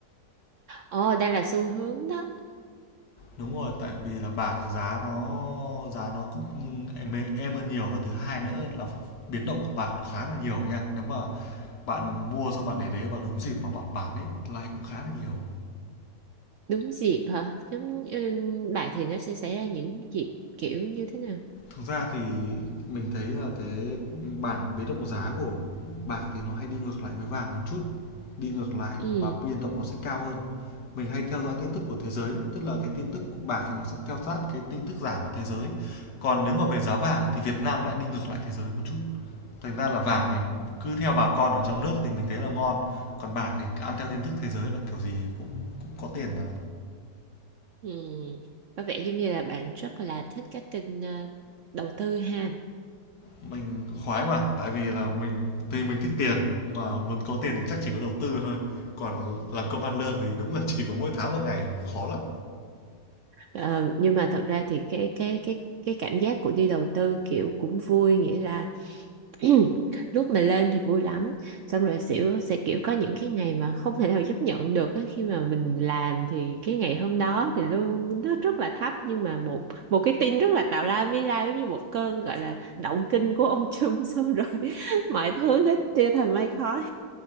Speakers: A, on the right; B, on the left.
A: Ồ đây là xu hướng đó,
B: Đúng rồi, tại vì là bạc giá nó giá nó cũng êm êm hơn nhiều và thứ hai nữa là biến động của bạc nó khá là nhiều nha. Nếu mà bạn mua xong bạn để đấy vào đúng dịp mà bạn bán ấy, lãi cũng khá là nhiều.
A: đúng dịp hả? Giống ừ, bạn thì nó sẽ xảy ra những dịp kiểu như thế nào?
B: thực ra thì mình thấy là cái bảng biến động giá của bạc thì nó hay đi ngược lại với vàng một chút đi ngược lại
A: Ừ,
B: và biên động nó sẽ cao hơn mình hay theo dõi tin tức của thế giới đấy. tức là cái tin tức của bạc thì nó sẽ theo sát cái tin tức giảm của thế giới còn nếu mà về giá vàng thì Việt Nam lại đi ngược lại thế giới một chút thành ra là vàng thì cứ theo bà con ở trong nước thì mình thấy là ngon còn bạc thì ăn theo tin tức thế giới là kiểu gì cũng cũng có tiền mà
A: ừ. Có vẻ giống như là bạn rất là thích các kênh ờ, đầu tư ha.
B: Mình khoái mà, tại vì là mình thì mình thích tiền, mà muốn có tiền thì chắc chỉ có đầu tư thôi, còn làm công ăn lương thì đúng là chỉ có mỗi tháng một ngày, khó lắm.
A: Ờ, nhưng mà thật ra thì cái cái cái cái cảm giác của đi đầu tư kiểu cũng vui nghĩa là <clears throat> lúc mà lên thì vui lắm xong rồi xỉu sẽ kiểu có những cái ngày mà không thể nào chấp nhận được á. khi mà mình làm thì cái ngày hôm đó thì lương nó rất là thấp nhưng mà một một cái tin rất là tào lao mới lao giống như một cơn gọi là động kinh của ông <laughs> Trump xong rồi <laughs> mọi thứ nó tiêu thành mây khói